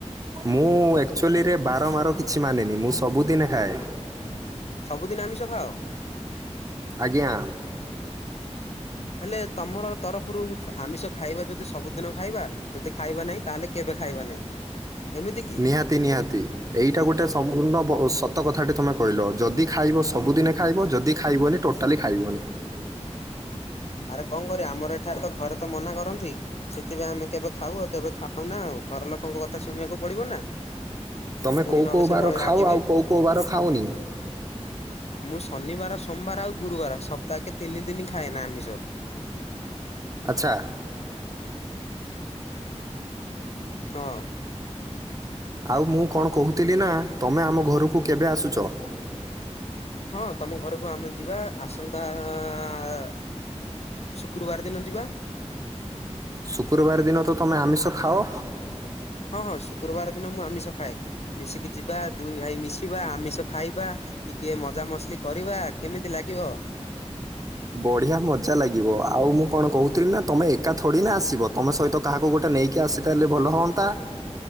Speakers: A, on the right; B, on the left.
A: ମୁଁ ଆକଚ୍ୟୁଲିରେ ବାର ମାର କିଛି ମାନେନି ମୁଁ ସବୁ ଦିନେ ଖାଏ।
B: ସବୁଦିନ ଆମିଷ ଖାଅ?
A: ଆଜ୍ଞା।
B: ହେଲେ ତମର ତରଫରୁ ଆମିଷ ଖାଇବା ଯଦି ସବୁଦିନ ଖାଇବା ଯଦି ଖାଇବା ନାହିଁ ତାହେଲେ କେବେ ଖାଇବା ନାହିଁ। ଏମିତି କି?
A: ନିହାତି ନିହାତି। ଏଇଟା ଗୋଟେ ସମ୍ଭୁର୍ଣ୍ଣ ବ ସତ କଥାଟି ତମେ କହିଲ। ଯଦି ଖାଇବ ସବୁଦିନେ ଖାଇବ ଯଦି ଖାଇବନି ଟୋଟାଲି ଖାଇବନି।
B: ଆରେ କଣ କରିବା ଆମର ଏଠାରେ ତ ଘରେ ତ ମନା କରନ୍ତି। ସେଥିପାଇଁ ଆମେ କେବେ ଖାଉ ଆଉ କେବେ ଖାଉନା ଆଉ। ଘର ଲୋକଙ୍କ କଥା ଶୁଣିବାକୁ ପଡିବ ନା।
A: ତମେ
B: ପୁଣି
A: କୋଉ
B: ନହେଲେ
A: କୋଉ
B: ସେ
A: ବାର
B: ବଳେ
A: ଖାଅ
B: ରାଗିବେ।
A: ଆଉ କୋଉ କୋଉ ବାର ଖାଅନି?
B: ମୁଁ ଶନିବାର, ସୋମବାର ଆଉ ଗୁରୁବାର ସପ୍ତାଏକେ ତିନି ଦିନି ଖାଏ ନା ଆମିଷ।
A: ଆଚ୍ଛା।
B: ହଁ।
A: ଆଉ ମୁଁ କଣ କୋହୁଥିଲି ନା ତମେ ଆମ ଘରକୁ କେବେ ଆସୁଚ?
B: ହଁ ତମ ଘରକୁ ଆମେ ଯିବା ଆସନ୍ତାଆ <unintelligible> ଶୁକ୍ରବାର ଦିନ ଯିବା।
A: ଶୁକ୍ରବାର ଦିନ ତ ତମେ ଆମିଷ ଖାଅ?
B: ହଁ ହଁ ଶୁକ୍ରବାର ଦିନ ମୁଁ ଆମିଷ ଖାଏ। ମିଶିକି ଯିବା ଦୁଇ ଭାଇ ମିଶିବା ଆମିଷ ଖାଇବା। ଟିକେ ମଜା ମସ୍ଲି କରିବା କେମିତି ଲାଗିବ?
A: ବଢିଆ ମଜା ଲାଗିବ ଆଉ ମୁଁ କଣ କୋହୁଥିଲି ନା ତମେ ଏକା ‍ଥୋଡି ନା ଆସିବ ତମ ସହିତ କାହାକୁ ଗୋଟେ ନେଇକି ଆସିତେଲେ ଭଲ ହଅନ୍ତା।